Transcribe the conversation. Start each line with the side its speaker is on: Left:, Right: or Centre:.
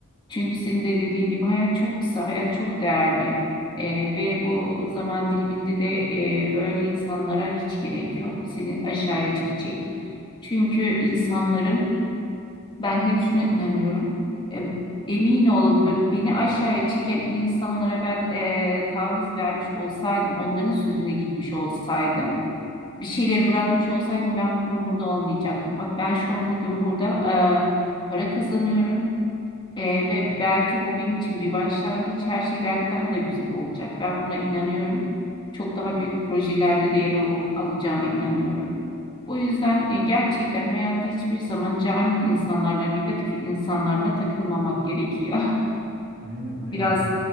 Left: Çünkü senin de dediğin gibi hayat çok kısa, hayat çok değerli E, ve bu zaman diliminde de e, öyle insanlara hiç gerek yok. Seni aşağıya çekecek. Çünkü insanların ben hep şuna inanıyorum. E, emin ol b- beni aşağıya çeken insanlara ben e, taviz vermiş olsaydım, onların sözüne gitmiş olsaydım, bir şeyleri bırakmış olsaydım ben bugün burada olmayacaktım. Bak ben şu an bugün burada e, para kazanıyorum e, ve belki bu benim için bir başlangıç. Her şey belki daha da güzel olacak. Ben buna inanıyorum. Çok daha büyük projelerde de yer al alacağıma inanıyorum. Bu yüzden e, gerçekten hayatta hiçbir zaman cahil insanlarla, negatif insanlarla takılmamak gerekiyor.
Right: Aynen aynen
Left: <laughs> Biraz
Right: ya.